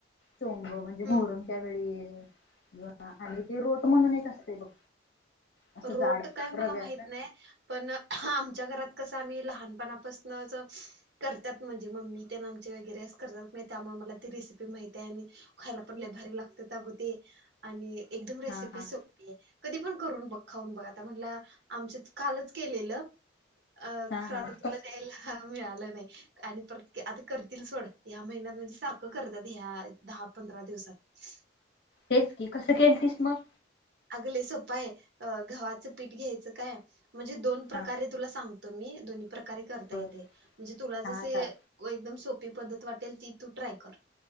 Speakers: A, on the left; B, on the right.
A: चोंग म्हणजे
B: हम्म
A: मोहरमच्या वेळी आणि ते रोट म्हणून एक असतय बघ असं
B: रोट
A: जाड
B: काय मला
A: रव्या
B: माहित नाही पण आमच्या घरात कस आम्ही लहानपणापासनच करत्यात म्हणजे मम्मी त्यामचे वगैरे करतात <unintelligible> मला ती रेसिपी माहित आणि खायला पण लई भारी लागतात अग ते आणि एकदम रेसिपी
A: हा हा
B: सोप आहे कधी पण करून ब खाऊून बघा म्हण आमच्या कालच केलेलं. अ
A: हा
B: ख्रदातला
A: हा कस
B: नाहीला मिीळालं आणि पर आ करतील सोड या महिन्यात म्हणज सारखं करतात ह दहा पंधरा दिवसात. <unintelligible>
A: तेच की कसं केल तस मग.
B: अगले सोपाय गव्हाचं पीठ घ्यायचं काय म्हणजे दोन प्रकारे
A: हा
B: तुला सांग. द प्रकारे करता
A: बर
B: येते म्हणजे तुला
A: हा
B: जस एकदम
A: चाल
B: सोप्प. पद्धत वाटेल ती तू ट्राय कर